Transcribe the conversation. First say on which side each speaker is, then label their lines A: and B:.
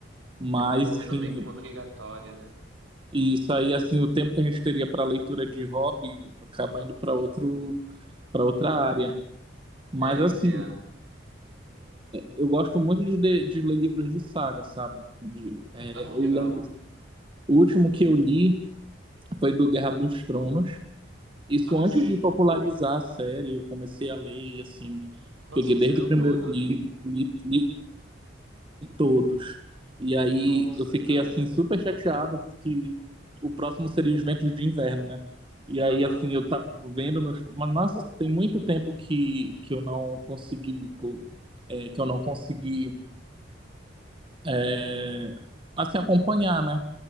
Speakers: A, on the right; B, on the right.
A: mas,
B: Acaba vendo
A: assim,
B: meio que uma obrigatória, né?
A: isso aí, assim, o tempo que a gente teria para leitura de hobby acaba indo para outro, para outra área. Mas,
B: É,
A: assim,
B: entendo.
A: Eu gosto muito de, ler- de ler livros de saga, sabe? De, é,
B: Ah,
A: eu
B: legal.
A: lembro, o último que eu li foi do Guerra dos Tronos. Isso
B: Ah,
A: antes
B: sim.
A: de popularizar a série, eu comecei a ler e assim,
B: Nossa,
A: peguei desde
B: você leu
A: o primeiro
B: todo?
A: livro, li, li todos. E aí
B: Nossa,
A: eu fiquei
B: cara.
A: assim super chateado que o próximo seria Os Ventos de Inverno, né? E aí
B: Aham.
A: assim, eu tava vendo nos- mas nossa, tem muito tempo que que eu não consegui co- é, que eu não consegui é, assim, acompanhar, né?